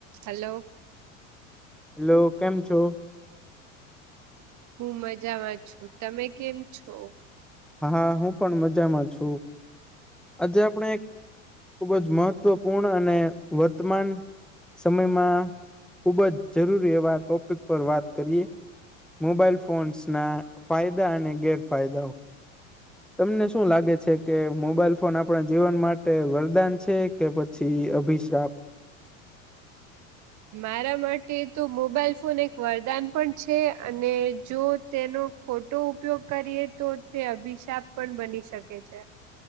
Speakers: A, on the right (about 45°); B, in the centre.
A: હલો.
B: લો કેમ છો
A: હું મજાવા છું તમે કેમ છો
B: હા હું પણ મજામાં છું આજે આપણે એક ખુબ જ મહત્વપૂર્ણ અને વર્તમાન સમયમાં ખુબ જ જરૂરી એવા ટોપિક પર વાત કરીએ મોબાઈલ ફોન્સ ના ફાયદા અને ગેરફાયદાઓ તમને શું લાગે છે કે મોબાઈલ ફોન આપણા જીવન માટે વરદાન છે કે પછી અભિશ્રાપ
A: મારા માટે તો મોબાઈલ ફોન એક વરદાન પણ છે અને જો તેનો ખોટો ઉપયોગ કરીએ તો તે અભિશાપ પણ બની શકે છે